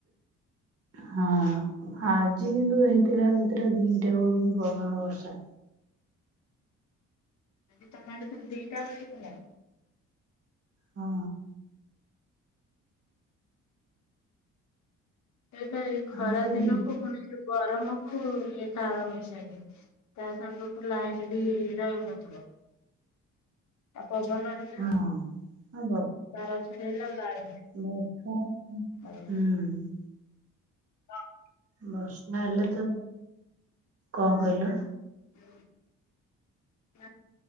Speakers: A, on the right (about 50°); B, on the left (about 65°).
A: ହଁ ଆଜି କିନ୍ତୁ ହେଇଥିଲା କେତେଟା ଦିଟା ବେଳକୁ ପବନ ବର୍ଷା।
B: ଆଜି ତମ ଆଡେ ତାହାଲେ ଦିଟା ବେଳେ ହେଇଥିଲା।
A: ହଁ।
B: ଏବେ ଏ ଖରା
A: ଆମେ ତ
B: ଦିନକୁୁ
A: ଦି
B: ପୁଣି ଯୋଉ ଗରମକୁ ଏ କାଳବୈଶାଖୀ ତା ସାଙ୍ଗକୁ ଲାଇନ ବି ରହୁନଥିବ ପବନ ହେଲେ
A: ହଁ ହଁ ବ
B: ତାର ଛିଡି ଗଲେ ଆଉ ଜାଳି ହୁଏନି
A: ବର୍ଷା ହୁଁ।
B: <unintelligible> <unintelligible>
A: ବର୍ଷା ହେଲେ ତ କଣ କହିଲ?
B: <unintelligible> <unintelligible>